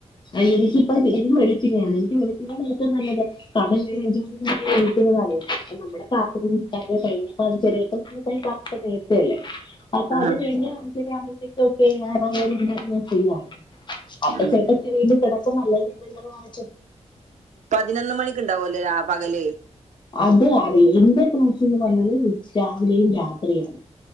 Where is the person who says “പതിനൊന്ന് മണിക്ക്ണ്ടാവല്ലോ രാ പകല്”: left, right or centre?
Right